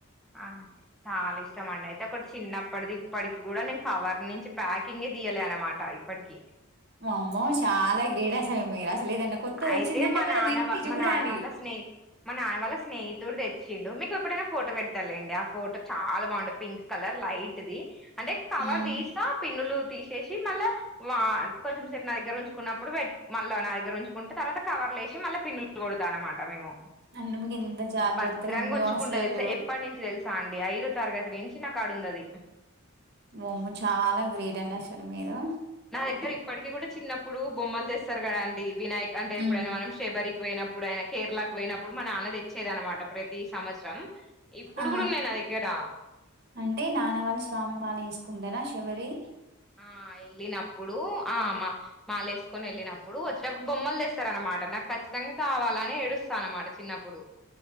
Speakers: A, in the centre; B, on the right.
A: ఆ చాలా ఇష్టమండి అయితే ఒకటి చిన్నప్పటిది ఇప్పటికి కూడా నేను కవర్ నుంచి ప్యాకింగే తీయలే అన్నమాట ఇప్పటికి
B: వామ్మో చాలా గ్రేట్ అసలు మీరు అ లేదన్న కొత్తది
A: అయితే
B: వచ్చిందంటే
A: మా
B: మనం
A: నాన్న
B: విప్పి
A: వా
B: చూడాలి
A: మా నాన్న వాళ్ళ స్నే మా నాన్న వాళ్ళ స్నేహితుడు తెచ్చిండు మీకు ఎప్పుడైనా ఫోటో పెడతలేండి ఆ ఫోటో చాలా బాగుంటంది పింక్ కలర్ లైట్ది అంటే కవర్
B: ఉమ్,
A: తీస్తా పిన్నులు తీసేసి మళ్ళా కొంచెం సేపు నా దగ్గర ఉంచుకున్నప్పుడు మళ్ళా నా దగ్గ దగ్గరంచుంటే తర్వాత కవర్ లేసి మళ్ళీ పిల్లు కొడతా అన్నమాట మేము
B: అండ్ మీకు ఎంత జాగ్రత్తగా
A: భద్రంగా
B: ఉందో
A: ఉంచుకుంటా
B: అసలు
A: తెలుసా ఎప్పటి నుంచి తెలుసా చ అండి ఐదో తరగతినించిిన కాడు ఉంది అది
B: మమ్మ చాలా గ్రేట్ అండి అసలు మీరు
A: నా దగ్గర ఇప్పటికీ కూడా చిన్నప్పుడు బొమ్మలు తెస్తారు కదా అండి వినాయక్ అంటేప్పుడైనా
B: ఉమ్.
A: మనం షబరికి పోయినప్పుడు ఆయన కేరళకు పోయినప్పుడు మన ఆనది తెచ్చేది అనమాట ప్రతి సంవత్సరం ఇప్పుడు
B: ఆ
A: కూడా ఉన్నాయి నా దగ్గర
B: అంటే నానవాళ్ళి స్వామి మాల తీసుకుంటేార చివరి
A: ఆ వెళ్ళినప్పుడు ఆ మా మాాల వేసుకొని వెళ్ళినప్పుడు వచ్చినప్పుడు బొమ్మలు తెస్తార అనమాట నాకు ఖచ్చితంగా కావాలని ఏడుస్తా అన్నమాట చిన్నప్పుడు